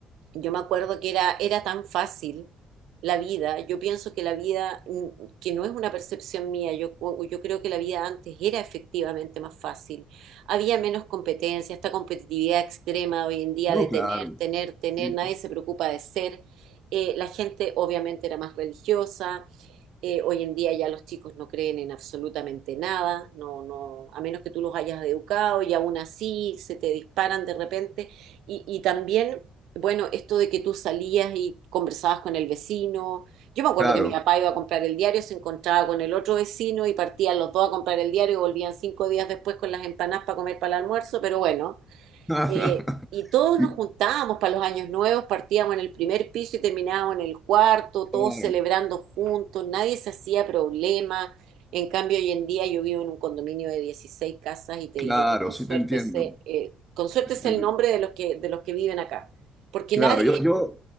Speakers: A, on the right (about 80°); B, in the centre.
A: yo me acuerdo que era, era tan fácil la vida. Yo pienso que la vida, mm, que no es una percepción mía, yo, cu- yo creo que la vida antes era efectivamente más fácil. Había menos competencia, esta competitividad extrema hoy en día
B: No,
A: de
B: claro.
A: tener, tener, tener,
B: sí,
A: nadie se preocupa de ser. Eh, la gente obviamente era más religiosa eh, hoy en día ya los chicos no creen en absolutamente nada, no, no, a menos que tú los hayas educado y aún así se te disparan de repente. Y, y también, bueno, esto de que tú salías y conversabas con el vecino. Yo me acuerdo
B: Claro,
A: que mi papá iba a comprar el diario, se encontraba con el otro vecino y partían los dos a comprar el diario y volvían cinco días después con las empanadas para comer para el almuerzo, pero bueno,
B: claro.
A: eh, y todos
B: <laughs>
A: nos
B: Y-
A: juntábamos para los años nuevos, partíamos en el primer piso y terminábamos en el cuarto, todos
B: claro,
A: celebrando juntos, nadie se hacía problema. En cambio, hoy en día yo vivo en un condominio de 16 casas y te
B: claro,
A: diré que con
B: sí
A: suerte
B: te entiendo,
A: se, eh, con suerte
B: te
A: es
B: entiendo.
A: el nombre de los que, de los que viven acá. Porque
B: Claro,
A: nadie,
B: yo, yo,